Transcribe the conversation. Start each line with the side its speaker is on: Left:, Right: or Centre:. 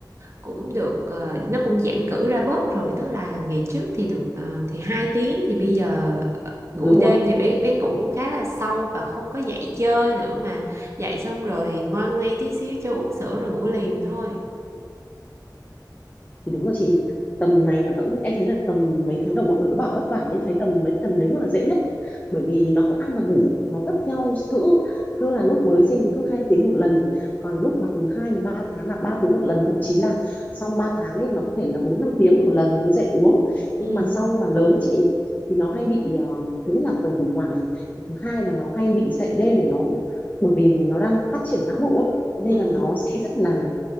Right: cũng được ờ, nó cũng giãn cữ ra bớt rồi tức là ngày trước thì được ờ, thì hai tiếng thì bây giờ ờ, ngủ
Left: đúng
Right: đêm
Left: rồi
Right: thì bé bé ngủ cũng khá là sâu và không có dậy chơi nữa mà dậy xong rồi ngoan nghe tí xíu cho uống sữa rồi ngủ liền thôi
Left: thì đúng là chị tầm này là vẫn em thấy là tầm mấy tháng đầu mọi người cứ bảo vất vả nhưng em thấy tầm mấy tầm đấy mới là dễ nhất bởi vì nó cứ ăn và ngủ nó thất theo cữ cứ là lúc mới sinh thì cứ hai tiếng một lần còn lúc mà từ 2 đến 3 tháng là 3 tiếng một lần thậm chí là sau 3 tháng ấy nó có thể là 4 5 tiếng một lần nó mới dậy uống
Right: ừ
Left: nhưng mà sau mà lớn ấy chị thì nó hay bị ờ, thứ nhất là tuần khủng hoảng này thứ hai là nó hay bị dậy đêm để nó bởi vì nó đang phát triển não bộ ấy nên
Right: ừ
Left: là nó sẽ rất là